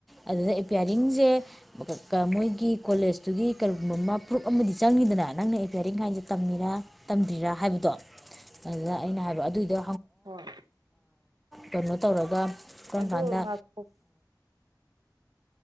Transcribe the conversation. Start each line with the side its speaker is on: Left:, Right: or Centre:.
Centre: ꯑꯗꯨꯗ ꯑꯦꯄꯤꯌꯥꯔꯤꯡꯁꯦ ꯃꯣꯏꯒꯤ ꯀꯣꯂꯦꯖꯇꯨꯒꯤ ꯐꯨꯔꯨꯞ ꯑꯃꯗꯤ ꯆꯪꯉꯤꯗꯅ ꯅꯪꯅ ꯍꯤꯌꯥꯔꯤꯡ ꯍꯥꯏꯥꯏꯁꯦ ꯇꯝꯃꯤꯔꯥ ꯇꯝꯗ꯭ꯔꯤꯔꯥ ꯍꯥꯏꯕꯗꯣ ꯑꯗꯨꯗ ꯑꯩꯅ ꯍꯥꯏꯕꯣ ꯑꯗꯨꯑꯣꯏꯗꯣ
Right: ꯍꯣꯢ
Centre: ꯀꯩꯅꯣ ꯇꯧꯔꯒ ꯀꯔꯝ
Right: ꯑꯗꯣ
Centre: ꯀꯥꯟꯗ
Right: ꯉꯥꯏꯈꯣ